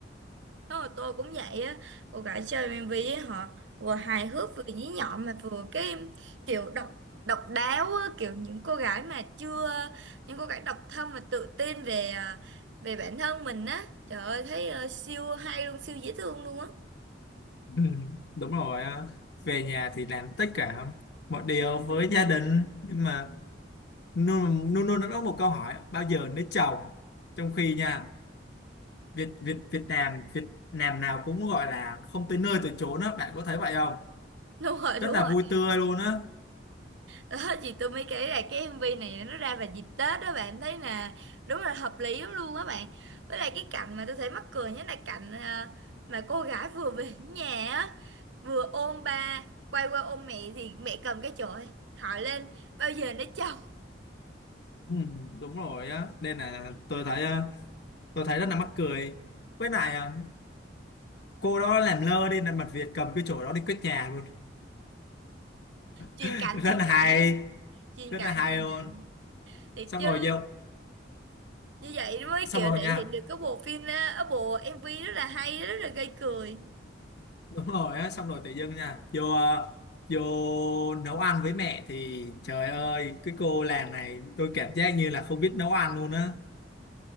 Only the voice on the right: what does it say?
Thôi tôi cũng vậy á cô gái chơi MV với họ vừa hài hước vừa nhí nhọn mà vừa cái kiểu độc độc đáo á, kiểu những cô gái mà chưa những cô gái độc thân mà tự tin về à, về bản thân mình á trời ơi thấy ờ, siêu hay luôn siêu dễ thương luôn á <laughs>
đúng rồi đúng
rồi
Ờ, chị tôi mới kể là cái MV này nó ra vào dịp Tết đó bạn thấy là đúng là hợp lý lắm luôn á bạn với lại cái cảnh mà tôi thấy mắc cười nhất là cảnh à, mà cô gái vừa về đến nhà á vừa ôm ba quay qua ôm mẹ thì mẹ cầm cái chổi hỏi lên bao giờ nó chồng
truyền
cảnh
truyền
cảnh
truyền
cảnh
truyền
cảnh thì
chứ
như vậy mới
kiểu
thể
hiện được cái bộ phim á, ở bộ MV rất là hay rất là gây cười